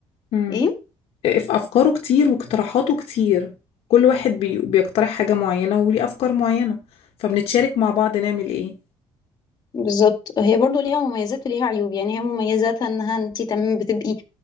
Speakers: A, on the left (about 65°); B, on the left (about 40°).
A: مم.
B: ايه
A: في أفكاره كتير واقتراحاته كتير كل واحد بي... بيقترح حاجة معينة وليه أفكار معينة فبنتشارك مع بعض نعمل إيه
B: بالظبط هي برضو ليها مميزات وليها عيوب يعني هي مميزاتها انها انت تمام بتبقي